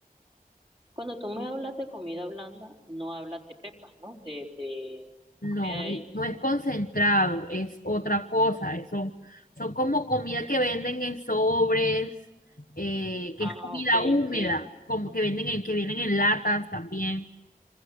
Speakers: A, on the right (about 35°); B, on the left (about 80°).
A: Cuando tú me hablas de comida blanda, no hablas de pepas, ¿no? De, de la
B: No,
A: comida de ellos.
B: no es concentrado, es otra cosa. es- Son, son como comida que venden en sobres, eh,
A: Ah,
B: que es comida
A: ok,
B: húmeda,
A: ok.
B: como que venden en, que vienen en latas también.